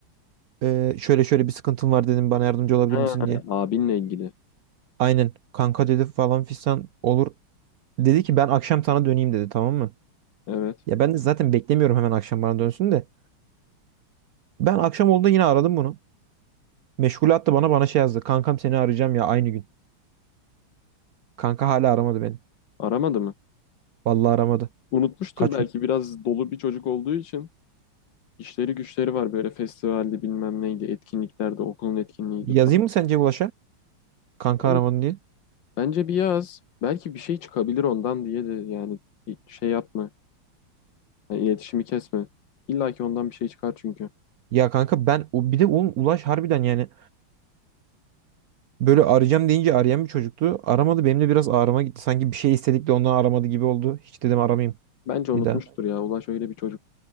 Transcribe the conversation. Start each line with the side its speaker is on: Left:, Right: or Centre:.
Right: Ee, şöyle şöyle bir sıkıntım var dedim. Bana yardımcı olabilir
Left: Ha,
Right: misin diye.
Left: abinle ilgili.
Right: Aynen. Kanka dedi falan fistan olur. Dedi ki ben akşam sana döneyim dedi tamam mı?
Left: Evet.
Right: Ya ben de zaten beklemiyorum hemen akşam bana dönsün de. Ben akşam oldu yine aradım bunu. Meşgul attı bana bana şey yazdı. Kankam seni arayacağım ya aynı gün. Kanka hala aramadı beni.
Left: Aramadı mı?
Right: Vallahi aramadı.
Left: Unutmuştur
Right: Kaç
Left: belki
Right: gün.
Left: biraz dolu bir çocuk olduğu için. İşleri güçleri var böyle festivalde bilmem neydi, etkinliklerde, okulun etkinliğiydi
Right: Yazayım
Left: falan.
Right: mı sence Ulaş'a? Kanka
Left: Ben-
Right: aramadın diye.
Left: Bence bir yaz. Belki bir şey çıkabilir ondan diye de yani şey yapma. Yani iletişimi kesme. İlla ki ondan bir şey çıkar çünkü.
Right: Ya kanka ben o bir de oğlum Ulaş harbiden yani böyle arayacağım deyince arayan bir çocuktu. Aramadı benim de biraz ağrıma gitti. Sanki bir şey istedik de ondan aramadı gibi oldu. Hiç dedim aramayayım
Left: Bence unutmuştur
Right: bir daha.
Left: ya. Ulaş öyle bir çocuk